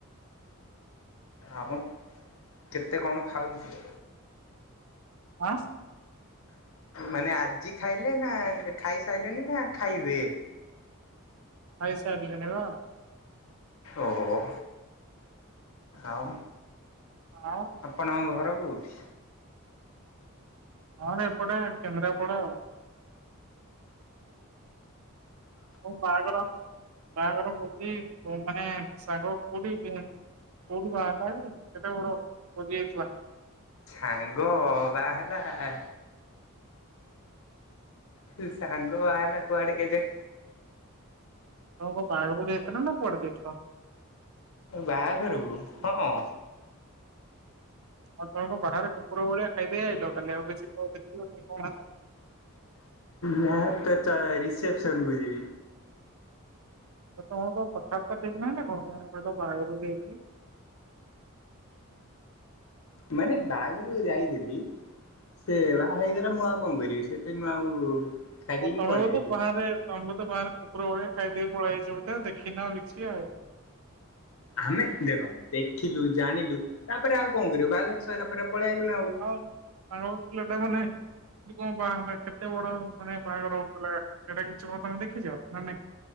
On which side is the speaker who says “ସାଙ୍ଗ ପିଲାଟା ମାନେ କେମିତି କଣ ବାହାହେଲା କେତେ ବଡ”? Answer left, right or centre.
Right